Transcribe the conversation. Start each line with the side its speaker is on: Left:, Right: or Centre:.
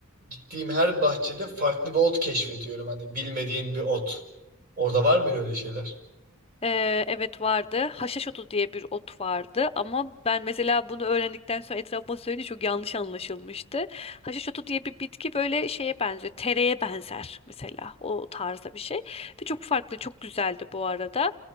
Right: Gittiğim her bahçede farklı bir ot keşfediyorum. Hani bilmediğim bir ot. Orada var mı öyle şeyler?
Left: Ee, evet vardı. Haşhaş otu diye bir ot vardı ama ben mesela bunu öğrendikten sonra etrafıma söyleyince çok yanlış anlaşılmıştı. Haşhaş otu diye bir bitki böyle şeye benziyor. Tereye benzer mesela o tarzda bir şey. Ve çok farklı, çok güzeldi bu arada.